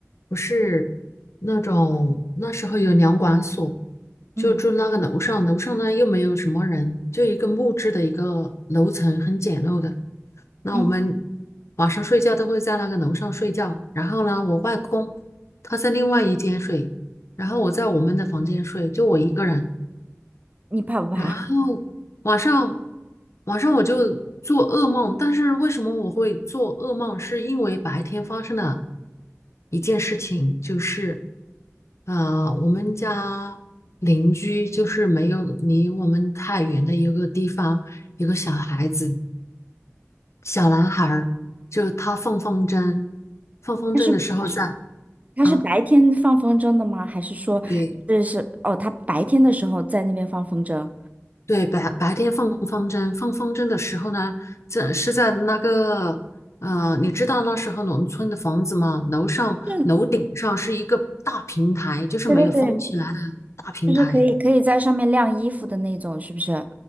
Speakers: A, on the left; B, on the right.
A: 不是那种那时候有粮管所，
B: 嗯
A: 就住那个楼上，楼上呢又没有什么人，就一个木质的一个楼层，很简陋的。那我们
B: 嗯，
A: 晚上睡觉都会在那个楼上睡觉，然后呢，我外公他在另外一间睡，然后我在我们的房间睡，就我一个人。
B: 你怕不怕？
A: 然后晚上
B: <laughs>
A: 晚上我就做噩梦，但是为什么我会做噩梦？是因为白天发生了一件事情，就是呃，我们家邻居就是没有离我们太远的一个地方，有个小孩子。小男孩儿，就是他放风筝，放风筝的时候在
B: 他是他是白天放风筝的吗？
A: 啊，
B: 还是说这是哦，
A: 对
B: 他白天的时候在那边放风筝？
A: 对，白白天放风筝，放风筝的时候呢，这是在那个呃，你知道那时候农村的房子吗？楼上楼顶上是一个大平台，
B: 这
A: 就是没有封起来的大平台
B: 对对对，就是可以可以在上面晾衣服的那种，是不是？